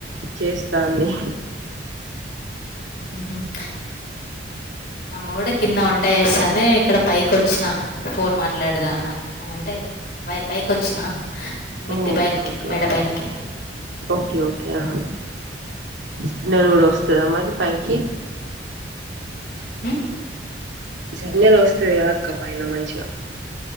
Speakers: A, on the right; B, on the left.
A: చేస్తాంది
B: ఉహు <inaudible> అమ్మ కూడా కింద వంట చేస్తా ఉంది నేను ఇక్కడ పైకి వచ్చిన ఫోన్ మాట్లాడదాం అని అంటే పై పైకి వచ్చిన మిద్ద్య
A: ఓ ఓకే
B: పైనకి
A: ఓకే
B: మెడ పైనకి
A: ఓకే ఓకే ఆహా సిగ్నల్
B: ఆ!
A: కూడా వస్తాధ మరి పైకి
B: హ్మ్మ్
A: సిగ్నల్ వస్తాది కదా అక్క పైన మంచిగా